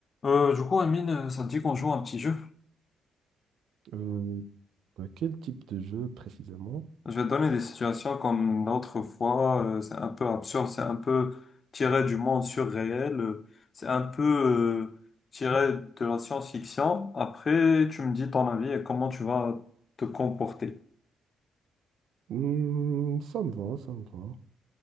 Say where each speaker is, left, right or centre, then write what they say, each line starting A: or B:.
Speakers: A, on the left; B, on the right.
A: Euh, du coup, Amine, euh, ça te dit qu'on joue à un petit jeu?
B: Euh, bah, quel type de jeu précisément?
A: Je vais te donner des situations comme l'autre fois. euh, c'est un peu absurde, c'est un peu tiré du monde surréel, euh, c'est un peu euh, tiré de la science-fiction. Après, tu me dis ton avis et comment tu vas te comporter.
B: Hmm, ça me va, ça me va.